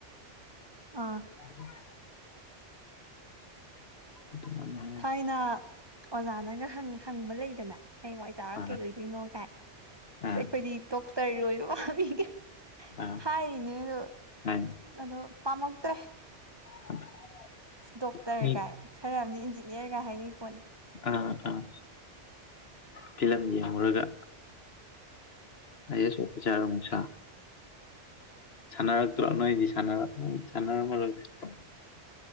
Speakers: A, on the right; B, on the left.
A: ꯑꯥ
B: <inaudible> <unintelligible>
A: ꯊꯥꯏꯅ ꯑꯣꯖꯥꯅꯒ ꯍꯪ ꯍꯪꯕ ꯂꯩꯗꯅ ꯍꯌꯦꯡꯋꯥꯏ ꯆꯥꯎꯔ
B: ꯑꯥ
A: ꯀꯩ ꯑꯣꯏꯗꯣꯏꯅꯣ ꯀꯥꯏ
B: ꯑꯥ
A: ꯑꯩꯈꯣꯏꯗꯤ ꯗꯣꯛꯇꯔ ꯑꯣꯏꯕ ꯄꯥꯝꯃꯤꯒꯥꯏ
B: ꯑꯥ
A: ꯍꯥꯏꯔꯤꯅꯤ ꯑꯗꯣ
B: ꯍꯥꯏ
A: ꯑꯗꯣ ꯄꯥꯝꯃꯛꯇ꯭ꯔꯦ
B: <unintelligible>
A: ꯗꯣꯛꯇꯔ
B: ꯃꯤ
A: ꯀꯥꯏ ꯈꯔ ꯑꯃꯅ ꯏꯟꯖꯤꯅꯤꯌꯥꯔ ꯀꯥꯏ ꯍꯥꯏꯅꯩ ꯄꯣꯠꯅꯤ
B: ꯑꯥ ꯑꯥ ꯐꯤꯂꯝ ꯌ‌ꯦꯡꯉꯨꯔꯒ ꯑꯥꯌꯦꯁ ꯑ‌ꯣꯐꯤꯁꯥꯔ ꯑꯃꯨꯛ ꯁꯥ ꯁꯥꯅꯛꯇ꯭ꯔ‌ꯣ ꯅꯣꯏꯗꯤ ꯁꯥꯟꯅ ꯁꯥꯟꯅꯔꯝꯃꯔ‌ꯣꯏꯗ